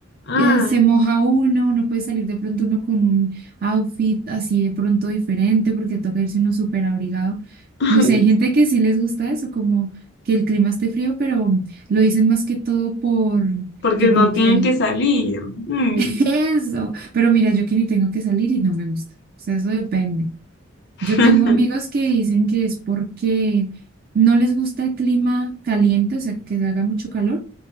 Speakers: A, on the left; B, on the right.
A: Ah,
B: Eh, se moja uno, no puede salir de pronto uno con un outfit así de pronto diferente porque toca irse uno súper abrigado.
A: <laughs>
B: No sé, hay gente que sí les gusta eso, como que el clima esté frío, pero lo dicen más que todo por
A: porque
B: que porque
A: no tienen que salir. mm.
B: <laughs> eso. Pero mira, yo que ni tengo que salir y no me gusta. O sea, eso depende.
A: <laughs>
B: Yo tengo amigos que dicen que es porque no les gusta el clima caliente, o sea, que haga mucho calor,